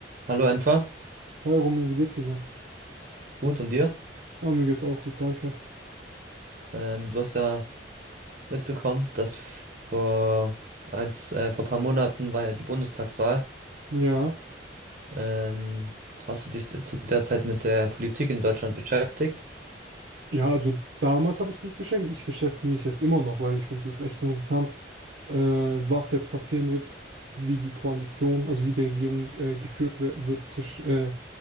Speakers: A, on the right; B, on the right.
A: Hallo Enfer,
B: Hi Romeo, wie geht's dir so?
A: gut und dir?
B: Ah, mir geht's auch gut, danke.
A: Ähm, du hast ja mitbekommen, dass f- vor, als, äh, vor ein paar Monaten war ja die Bundestagswahl.
B: Ja.
A: Ähm, hast du dich zu der Zeit mit der Politik in Deutschland beschäftigt?
B: Ja, also damals habe ich mich beschäftigt. Ich beschäftige mich jetzt immer noch, weil ich finde es echt interessant, äh, was jetzt passieren wird, wie die Koalition, also wie die Regierung äh, geführt wer- wird zwischen, äh,